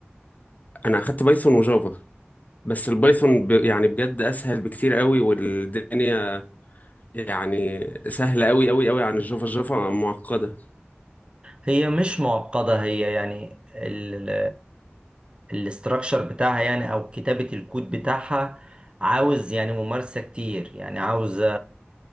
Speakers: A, on the left; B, on the right.
A: انا اخدت بايثون وجافا بس البايثون ب... يعني بجد اسهل بكتير قوي والدنيا يعني سهله قوي قوي قوي عن الجافا الجافا معقده
B: هي مش معقدة هي يعني ال الاستراكشر بتاعها يعني او كتابة الكود بتاعها عاوز يعني ممارسة كتير يعني عاوزة